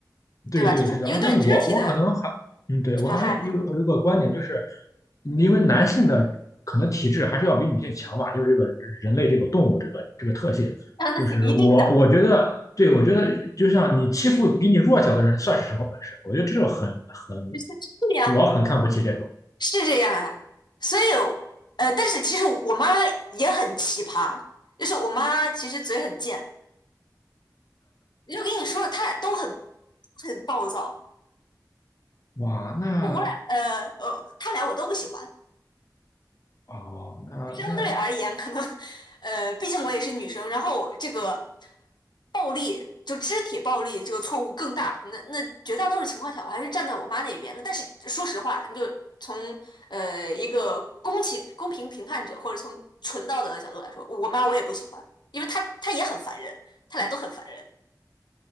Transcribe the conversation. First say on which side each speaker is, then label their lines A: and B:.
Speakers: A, on the left; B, on the left.
A: 对对，
B: 对吧？这是一个对肢体的
A: 是的，而且我我可能还，嗯，对，
B: 损害嘛，
A: 我好像有有个观点，就是因为男性的可能体质还是要比女性强吧，因为这个人类这个动物这个这个特性，
B: 啊，那是一定的，
A: 就是我我觉得，对我觉得就像你欺负比你弱小的人算是什么本事？我觉得这种很很，
B: 是是呀，
A: 我很看不起这种。
B: 是这样呀，所以，呃，但是其实我妈也很奇葩，就是我妈其实嘴很贱，就跟你说，她俩都很很暴躁，
A: 哇，那
B: 我俩，呃呃，他俩我都不喜欢。
A: 哦，那那，
B: 相对而言，可能，呃，毕竟我也是女生，然后这个暴力，就肢体暴力这个错误更大。那那绝大多数情况下，我还是站在我妈那边的但是说实话，你就从呃一个公平公平评判者，或者从纯道德的角度来说，我妈我也不喜欢，因为她她也很烦人，她俩都很烦人。